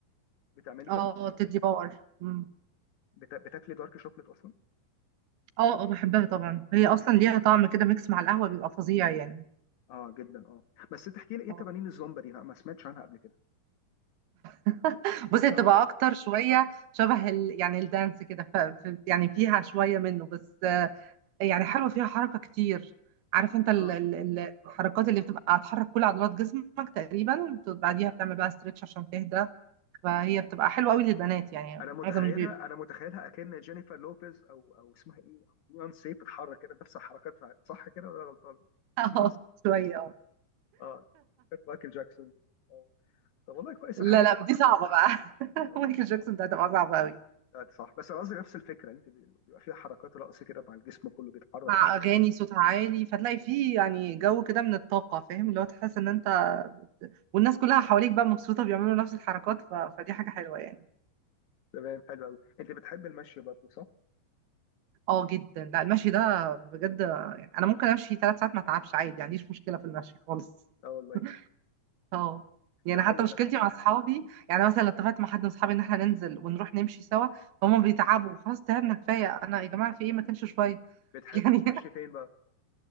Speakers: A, on the left (about 65°); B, on the right (about 70°).
A: بتعملي
B: اه
A: كده
B: تدي باور امم
A: بت... بتاكلي دارك شوكليت اصلا
B: اه اه بحبها طبعا هي اصلا ليها طعم كده ميكس مع القهوه بيبقى فظيع يعني
A: اه جدا اه بس تحكي لي ايه
B: آه.
A: تمارين الزومبا دي انا ما سمعتش عنها قبل كده
B: <laughs> بصي
A: انا
B: بتبقى
A: ما اعرف
B: اكتر شويه شبه ال... يعني الدانس كده ف... ف... يعني فيها شويه منه بس آه، يعني حلوه فيها حركه كتير عارف انت ال...
A: اه
B: ال... ال- الحركات اللي بتبقى هتحرك كل عضلات جسمك تقريبا بت- بعديها بتعمل بقى ستريتش عشان تهدى فهي بتبقى حلوه قوي للبنات يعني
A: انا متخيلها
B: معظم اللي بيبقى
A: انا متخيلها اكن جينيفر لوبيز او او اسمها ايه او بيونسي بتتحرك كده نفس الحركات بتاعت صح كده ولا أنا غلطان
B: <laughs> اه
A: <laughs> نفس
B: شويه
A: اه كانت مايكل جاكسون دي اه طب والله كويس
B: لا
A: الحاجات
B: لا
A: دي
B: دي صعبة بقى <laughs>
A: اه
B: مايكل جاكسون ده هتبقى صعبة قوي
A: آه، صح بس انا قصدي نفس الفكره انت بي- بيبقى فيها حركات رقص كده مع الجسم كله بيتحرك
B: مع
A: بشكل
B: أغاني صوتها عالي فتلاقي فيه يعني جو كده من الطاقة فاهم اللي هو تحس إن أنت والناس كلها حواليك بقى مبسوطة بيعملوا نفس الحركات ف... فدي حاجة حلوة يعني
A: تمام حلو قوي انت بتحب المشي برضه صح؟
B: اه جدا لا المشي ده بجد يعني أنا ممكن أمشي ثلاث ساعات ما أتعبش عادي ما عنديش مشكلة في المشي خالص
A: اه والله
B: <laughs> اه يعني
A: ده حلو
B: حتى مشكلتي
A: ده
B: مع اصحابي يعني مثلا لو اتفقت مع حد من اصحابي ان احنا ننزل ونروح نمشي سوا فهم بيتعبوا خلاص تعبنا كفايه انا يا جماعه في ايه ما تمشوا شويه <laughs>
A: بتحب
B: يعني
A: تتمشي فين بقى؟